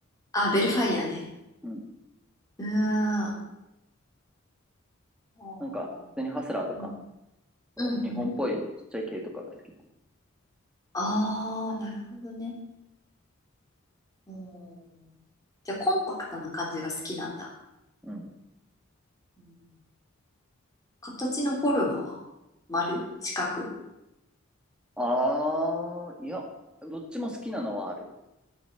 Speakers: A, on the left; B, in the centre.
A: あベルファイアね。
B: うん。
A: うーん。あー
B: なんか、普通にハスラーとか、
A: うん、
B: そう日本っぽいちっちゃい系とかが好きだ。
A: うん、うん。うんああ、なるほどね。うん。じゃあ、コンパクトな感じが好きなんだ。
B: うん。
A: うん形のフォルムは丸四角
B: あー、いや、どっちも好きなのはある。